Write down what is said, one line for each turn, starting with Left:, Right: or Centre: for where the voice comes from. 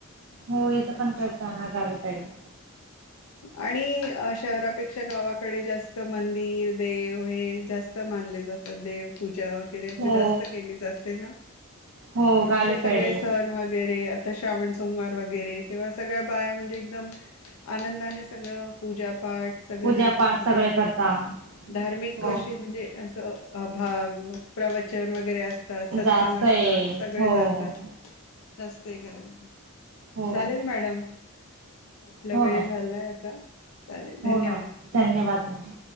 Right: हो इथं पणं करतां नां गावीकडे
Left: आणि शहरांपेक्षा गावांकडे जास्तं मंदिरं देव हे जास्तं मानले जातात देव पूजां वैगेरें असं
Right: हो
Left: जास्तं केली जाते नां
Right: हो
Left: कुठले
Right: गावीकडे
Left: सगळें संण वगैरें तरं श्रावण सोमवार वगैरें तेंव्हा सगळ्यां बांया म्हणजे एकदंम आनंदाने सगळं पूजांपाठ सगळं
Right: पूजा
Left: हे करतांत
Right: पाठ सगळे करता
Left: धार्मिक
Right: हो
Left: कसं म्हणजे असं अ भांव प्रवचंन वगैरें असतांत सत्संग
Right: जास्त
Left: असतांत
Right: आहे
Left: सगळें
Right: हो
Left: जातात
Right: हो
Left: जास्तं करायंल
Right: हो
Left: चालेल मॅडम आपला
Right: हो
Left: वेळ
Right: मॅम
Left: झालाय आता. चालेल धन्यवाद.
Right: हो मॅम धन्यवाद मॅम.